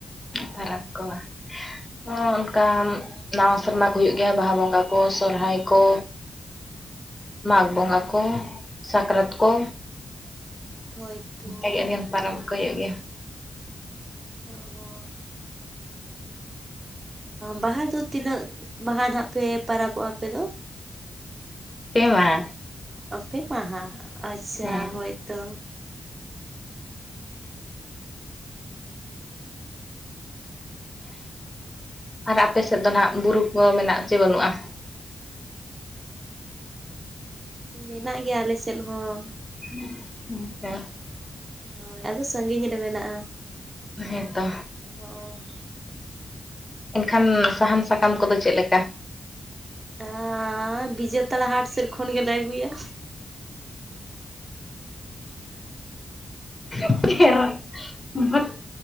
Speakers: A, on the left; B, on the right.
A: ᱯᱟᱨᱟᱵ ᱠᱚᱣᱟ ᱚᱱᱠᱟ ᱱᱟᱣᱟ ᱥᱮᱨᱢᱟ ᱠᱚ ᱦᱩᱭᱩᱜ ᱜᱮᱭᱟ ᱵᱟᱦᱟ ᱵᱚᱸᱜᱟ ᱠᱚ ᱥᱚᱨᱦᱟᱭ ᱠᱚ᱾ ᱢᱟᱜ ᱵᱚᱸᱜᱟ ᱠᱚ ᱥᱟᱠᱨᱟᱛ ᱠᱚ᱾
B: ᱦᱳᱭᱛᱚ
A: ᱚᱱᱠᱟᱜ ᱜᱮ ᱟᱹᱰᱤᱜᱟᱱ ᱯᱚᱨᱟᱵ ᱠᱚ ᱦᱩᱭᱩᱜ ᱜᱮᱭᱟ᱾
B: <unintelligible> ᱵᱟᱦᱟ ᱫᱚ ᱛᱤᱱᱟᱹᱜ ᱢᱟᱦᱟ ᱱᱟᱜ ᱯᱮ ᱯᱟᱨᱚᱵᱚᱜᱼᱟ ᱟᱯᱮ ᱫᱚ?
A: ᱯᱮ ᱢᱟᱦᱟ᱾
B: ᱟᱛᱮ ᱢᱟᱦᱟ ᱟᱪᱪᱷᱟ
A: ᱦᱮᱸ
B: ᱦᱳᱭᱛᱚ
A: ᱟᱨ ᱟᱯᱮ ᱥᱮᱫ ᱫᱚ ᱱᱟᱜ ᱵᱩᱨᱩ ᱠᱚ ᱢᱮᱱᱟᱜ-ᱟ ᱪᱮ ᱵᱟᱹᱱᱩᱜᱼᱟ?
B: ᱢᱮᱱᱟᱜ ᱜᱮᱭᱟ ᱟᱞᱮ ᱥᱮᱫ ᱦᱚᱸ᱾
A: ᱦᱩᱸ ᱚᱝᱠᱟ
B: ᱦᱳᱭ ᱟᱫᱚ ᱥᱟᱸᱜᱤᱧ ᱨᱮ ᱢᱮᱱᱟᱜᱼᱟ᱾
A: ᱦᱮᱸᱛᱚ
B: ᱚ
A: ᱮᱱᱠᱷᱟᱱ ᱥᱟᱦᱟᱱ ᱥᱟᱠᱟᱢ ᱠᱚᱫᱚ ᱪᱮᱫ ᱞᱮᱠᱟ?
B: ᱟᱻᱟ ᱵᱤᱡᱟᱹᱛᱟᱲᱟ ᱦᱟᱴ ᱥᱮᱫ ᱠᱷᱚᱱ ᱜᱮᱞᱮ ᱟᱹᱜᱩᱭᱟ
A: <unintelligible>